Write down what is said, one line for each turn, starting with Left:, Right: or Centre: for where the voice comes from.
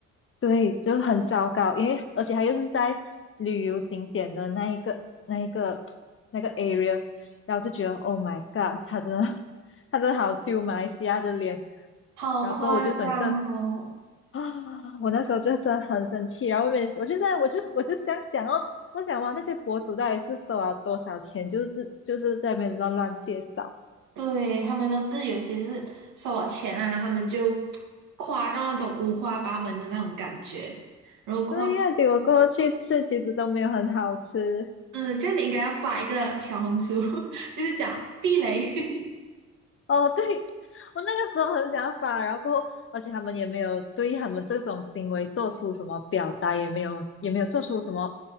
Left: 对，就很糟糕。因为而且他又是在旅游景点的那一个那一个那个 area，然后就觉得 Oh my God，他真的 <laughs> 他真的好丢马来西亚的脸。
Right: 好夸张哦！
Left: 然后过后我就整个啊，我那时候就真的很生气，然后我也我就在我就我就这想想哦，我想哇，那些博主到底是收了多少钱，就是就是在那边乱乱介绍，
Right: 对，他们都是有一些就是收了钱啊，他们就夸到那种五花八门的那种感觉，然后夸，
Left: 对呀，结果过后去吃其实都没有很好吃，
Right: 嗯，这样你应该要发一个小红书，<laughs> 就是讲避雷。<laughs>
Left: 哦，对，我那个时候很想法，然后过后，而且他们也没有对他们这种行为做出什么表达，也没有也没有做出什么